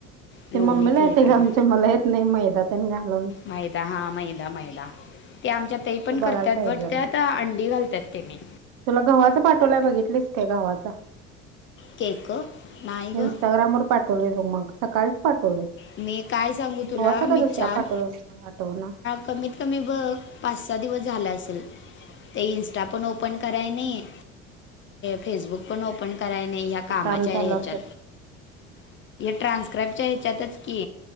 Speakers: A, on the left (about 35°); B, on the right (about 55°).
A: लोणी
B: ते मम्मीला
A: फेटून
B: येते ग आमचे मला येत नाही मैदात न घालून. ते
A: मैदा हा मैदा मैदा ते आमच्या तइ पण
B: बघायला
A: करतात
B: पाहिजे
A: बट
B: जरा
A: त्या त अं डी घालतात तेने.
B: तुला गव्हाच पाठोलाय बघितलीस काय गव्हाचा?
A: केक नाही ग
B: इंस्टाग्रामवर पाठवलेय बग मग सकाळीच पाठवलय.
A: मी काय सांगू
B: गव्हाचा
A: तुला
B: काय
A: मी
B: दुसरा
A: चार
B: पाठवलाय मला आठवना
A: कमीत कमी बघ पाच सहा दिवस झाला असेल ते इन्स्टा पण ओपन कराय नई फेसबुक पण ओपन ह्या कामा
B: काम
A: ह्याच्या
B: चालू असल
A: ट्रानक्राबच्या ह्याच्यातच कि